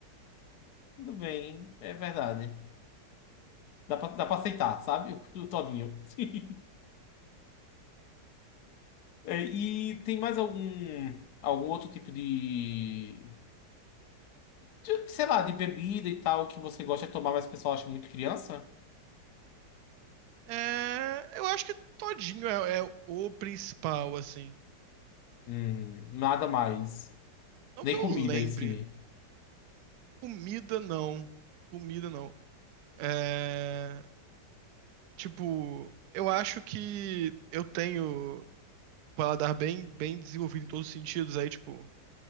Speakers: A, on the left; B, on the right.
A: Tudo bem, é verdade. Dá pra, dá pra aceitar, sabe? O, o todinho. <laughs> É, e tem mais algum, algum outro tipo de, de, sei lá, de bebida e tal que você gosta de tomar, mas o pessoal acha muito criança?
B: É, eu acho que todinho é, é o principal, assim.
A: Hum, nada mais.
B: Não
A: Nem
B: que eu
A: comida
B: lembre.
A: em si.
B: Comida, não. Comida, não. É, tipo, eu acho que eu tenho um paladar bem, bem desenvolvido em todos os sentidos, aí, tipo,